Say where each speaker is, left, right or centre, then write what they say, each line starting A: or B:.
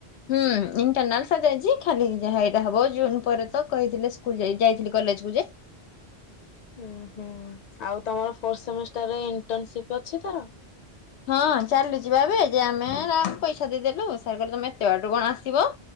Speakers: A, on the left; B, on the left.
A: ହୁଁ ଇଣ୍ଟରନାଲ ସଜାଇଚି ଖାଲି ଯାହା ଏଇଟା ହବ ଜୁନ ପରେ ତ କହିଥିଲେ। ସେଇ ଯାଇଚି କଲେଜକୁୁ ଯେ।
B: ହଁ ହୁଁ ଆଉ ତମର ଫୋର୍ଥ ସେମିଷ୍ଟାରରେ ଇଣ୍ଟରନସିପ ଅଛି ତାର?
A: ହଁ ଚାଲୁଚ ଭାବେ ଯେ ଆମେ ଆ ପଇସା ଦେଇଦେଲୁ ସାର କ ତମେ ଏତେ ବାଟୁ କଣ ଆସି